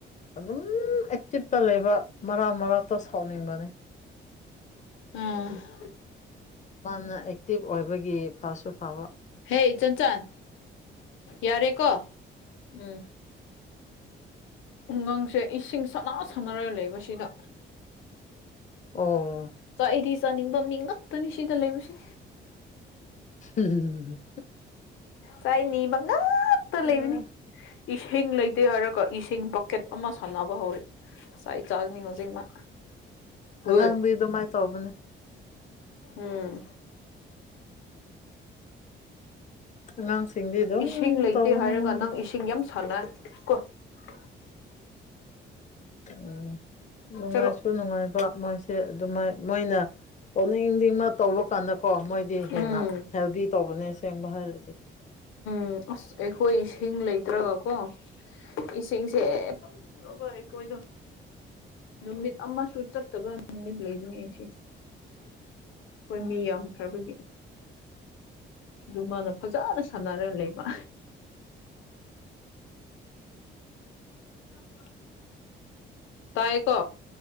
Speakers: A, on the left; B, on the left.
A: ꯑꯗꯨꯝ ꯑꯦꯛꯇꯤꯞꯇ ꯂꯩꯕ ꯃꯔꯛ ꯃꯔꯛꯇ ꯁꯥꯎꯅꯤꯡꯕꯅꯤ
B: ꯎꯝ
A: ꯃꯥꯅ ꯑꯦꯛꯇꯤꯚ ꯑꯣꯏꯕꯒꯤ ꯐꯁꯨ ꯐꯕ
B: ꯍ ꯆꯟꯆꯥꯟ ꯌꯥꯔꯦ ꯀꯣ ꯎꯝ ꯎꯨꯡꯒꯪꯁꯦ ꯏꯁꯤꯡ ꯁꯅꯥ ꯁꯥꯟꯅꯔꯒ ꯂꯩꯕꯁꯤꯗ
A: ꯑꯣ
B: ꯆꯥꯛ ꯑꯩꯗꯤ ꯆꯥꯅꯤꯡꯕ ꯃꯤ ꯉꯥꯛꯇꯅꯤ ꯁꯤꯗ ꯂꯩꯔꯨꯁꯦ
A: ꯎꯝ
B: ꯆꯥꯏꯅꯤ ꯃꯉꯥꯛꯛꯇ
A: ꯎꯝ
B: ꯂꯩꯕꯅꯤ ꯏꯁꯤꯡ ꯂꯩꯇꯦ ꯍꯥꯏꯔꯣꯀꯣꯁꯤꯡ ꯄꯣꯀꯦꯠ ꯑꯃ ꯁꯥꯟꯅꯕ ꯍꯧꯔ ꯆꯅꯤ ꯍꯧꯖꯤꯛ ꯃꯥ ꯍꯣꯏ
A: ꯑꯉꯥꯡꯗꯤ ꯑꯗꯨꯃꯥꯏꯅ ꯇꯧꯕꯅꯦ
B: ꯎꯝ
A: ꯑꯉꯥꯡꯁꯤꯡꯗꯤ ꯑꯗꯨꯝ
B: ꯏꯁꯤꯡ ꯂꯩꯇꯦ
A: ꯇꯧꯕꯅꯦ
B: ꯍꯥꯏꯔꯒ
A: ꯃꯣꯏꯗꯤ
B: ꯅꯪ ꯏꯁꯤꯡ ꯌꯥꯝ ꯁꯥꯟꯅ ꯀꯣ <unintelligible>
A: ꯎꯝ ꯅꯨꯡꯉꯥꯏꯁꯨ
B: ꯆꯠꯂꯣ
A: ꯅꯨꯡꯉꯥꯏꯕ ꯃꯣꯏꯁꯦ ꯑꯗꯨꯃꯥꯏ ꯃꯣꯏꯅ ꯇꯣꯅꯤꯡꯗꯤꯃ ꯇꯧꯕ ꯀꯥꯟꯗꯀꯣ ꯃꯣꯏꯗꯤ ꯍꯦꯟꯅ
B: ꯎꯝ
A: ꯍꯦꯜꯗꯤ ꯇꯧꯕꯅꯦ ꯁꯦꯡꯕ ꯍꯥꯏꯔꯗꯤ
B: ꯎꯝ ꯑꯁ ꯑꯩꯈꯣꯏ ꯏꯁꯤꯡ ꯂꯩꯇ꯭ꯔꯒꯀꯣ ꯏꯁꯤꯡꯁꯦ ꯄꯨꯔꯒ ꯑꯩꯈꯣꯏꯗꯣ ꯅꯨꯃꯤꯠ ꯑꯃꯁꯨ ꯆꯠꯇꯕ ꯅꯨꯃꯤꯠ ꯂꯩꯖꯅꯤꯁꯤ ꯍꯣꯏ ꯃꯤ ꯌꯥꯝꯈ꯭ꯔꯕꯒꯤ ꯑꯗꯨ ꯃꯥꯅ ꯐꯖꯅ ꯁꯥꯟꯅꯔꯒ ꯂꯩꯕ <unintelligible> ꯇꯥꯏꯀꯣ